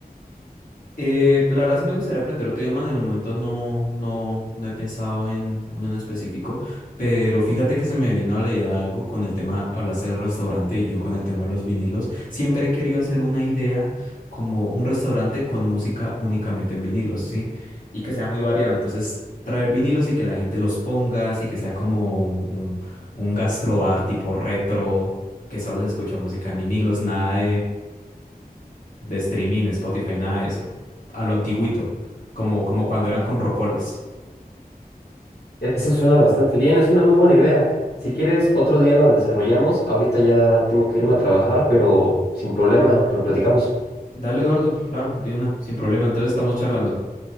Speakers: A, on the left; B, on the left.
A: Eh, pues la verdad sí me gustaría aprender otro idioma, en el momento no, no, no he pensado en uno en específico, pero fíjate que se me vino a la idea algo con el tema, hablaste del restaurante y yo con el tema de los vinilos, siempre he querido hacer una idea como un restaurante con música únicamente en vinilos, ¿sí? Y que sea muy variado, entonces traer vinilos y que la gente los ponga, así que sea como un, un, un gastrobar tipo retro, que solo se escucha música en vinilos, nada de streaming, Spotify, nada de eso. A lo antiguito, como, como cuando eran con rocolas.
B: Eso suena bastante bien, es una muy buena idea. Si quieres, otro día la desarrollamos. Ahorita ya tengo que irme a trabajar, pero sin problema, lo platicamos.
A: Dale, Eduardo, claro, de una, sin problema. Entonces estamos charlando.